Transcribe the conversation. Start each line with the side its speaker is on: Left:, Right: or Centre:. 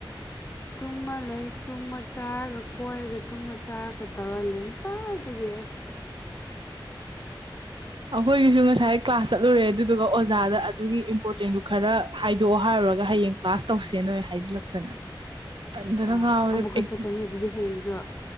Left: ꯇꯨꯝꯃ ꯂꯩ ꯇꯨꯝꯃ ꯆꯥꯔꯒ ꯀꯣꯏꯔꯒ ꯇꯨꯝꯃ ꯆꯥꯔꯒ ꯇꯧꯔ ꯂꯩ ꯉꯁꯥꯏꯗꯒꯤ ꯑꯩ <inaudible>
Right: ꯑꯩꯈꯣꯏꯒꯤꯁꯨ ꯉꯁꯥꯏ ꯀ꯭ꯂꯥꯁ ꯆꯠꯂꯨꯔꯦ ꯑꯗꯨꯗꯨꯒ ꯑꯣꯖꯥꯗ ꯑꯗꯨꯒꯤ ꯏꯝꯄꯣꯔꯇꯦꯟꯗꯨ ꯈꯔ ꯍꯥꯏꯗꯣꯛꯑꯣ ꯍꯥꯏꯔꯨꯔꯒ ꯍꯌꯦꯡ ꯀ꯭ꯂꯥꯁ ꯇꯧꯁꯦꯅ ꯑꯣꯏ ꯍꯥꯏꯖꯤꯜꯂꯛꯇꯅ ꯇꯟꯕꯅ
Left: ꯑꯥ
Right: ꯉꯥꯎꯔꯦ
Left: ꯑꯃꯨꯛꯀ
Right: ꯑꯩ
Left: ꯆꯠꯀꯅꯤ ꯑꯗꯨꯗꯤ ꯍꯌꯦꯡꯖꯨ